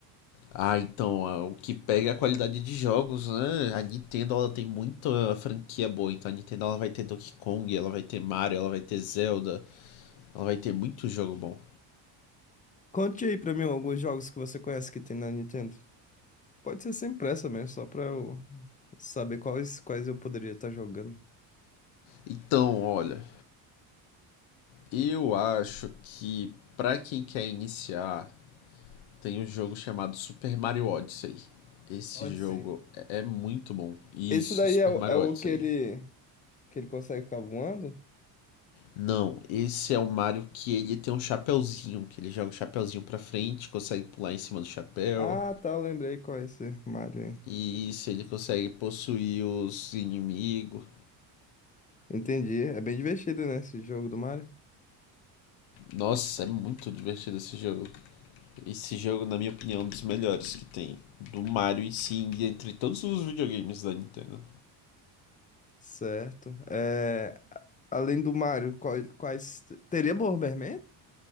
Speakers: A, on the left; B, on the left.
A: Ah, então, ah, o que pega é a qualidade de jogos, né? A Nintendo, ela tem muita franquia boa. Então, a Nintendo, ela vai ter Donkey Kong, ela vai ter Mario, ela vai ter Zelda. Ela vai ter muito jogo bom.
B: Conte aí pra mim alguns jogos que você conhece que tem na Nintendo. Pode ser sem pressa mesmo, só pra eu saber quais, quais eu poderia estar jogando.
A: Então, olha, Eu acho que pra quem quer iniciar, tem um jogo chamado Super Mario Odyssey. Esse
B: Pode ser.
A: jogo é é muito bom. Isso,
B: Esse daí
A: Super
B: é, o
A: Mario
B: é o
A: Odyssey.
B: que ele, que ele consegue ficar voando?
A: Não, esse é o Mario que ele tem um chapéuzinho, que ele joga o chapéuzinho pra frente, consegue pular em cima do chapéu.
B: Ah, tá, eu lembrei qual é esse Mario aí.
A: E isso, ele consegue possuir os inimigos.
B: Entendi. É bem divertido, né, esse jogo do Mario?
A: Nossa, é muito divertido esse jogo. Esse jogo, na minha opinião, é um dos melhores que tem. Do Mario e sim, entre todos os videogames da Nintendo.
B: Certo. É, a- além do Mario, quais, quais... Teria Bomberman?